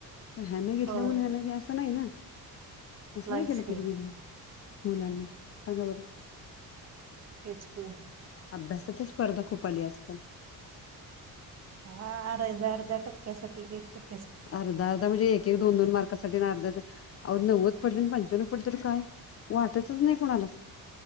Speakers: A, on the left; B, on the right.
A: ह्यानं घेतलं
B: हो
A: म्हणून ह्यानं घ्या असं नाही ना असं
B: नाहीच
A: नाही केलं पाहिजे
B: की
A: मुलांनी मुलांनी सगा बरं
B: एचपू
A: अभ्यासाात स्पर्धा खूप आली आजकाल
B: हा अर्ध्या अर्ध्या टक्क्यासाठीठी एक टक्क
A: अर्धा अर्ा म्हणजे एक दोन दोन मार्क अर्ध नव्वद पडले आणि पंच्यान्व पडले तर काय वाटतच नाही कोणाला